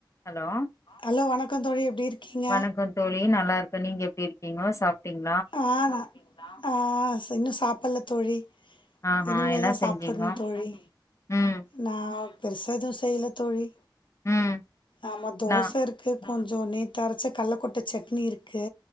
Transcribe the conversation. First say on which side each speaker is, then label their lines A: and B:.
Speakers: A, on the left; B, on the left.
A: Hello
B: hello வணக்கோ தோழி எப்டி இருக்கீங்க
A: வணக்கோ தோழி நல்லாருக்க நீங்க எப்டி இரு க்கீங்கோ சாப்ட்டீங்
B: ஆ நா ஆ இன்னு சாப்புல்ல தோழி
A: ஆஹா
B: இனிமேதா
A: என்ன செஞ்சீங்கோ
B: சாப்படணு தோழி
A: ம்
B: நா பெருசா எது செய்ல தோழி
A: ம்
B: ஆமா தோச
A: நா
B: இருக்கு கொஞ்ச நேத்து அரைச்ச கல்ல கொட்ட சட்னி இருக்கு